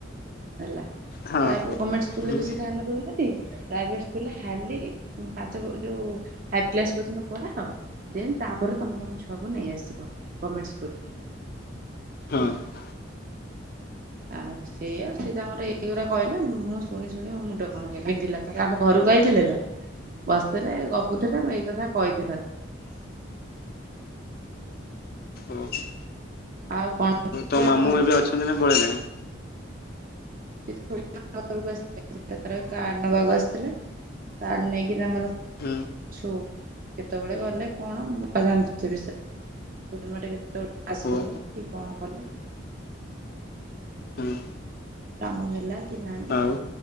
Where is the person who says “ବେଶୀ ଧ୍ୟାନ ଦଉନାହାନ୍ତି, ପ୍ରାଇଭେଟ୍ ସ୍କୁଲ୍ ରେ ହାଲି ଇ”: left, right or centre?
Right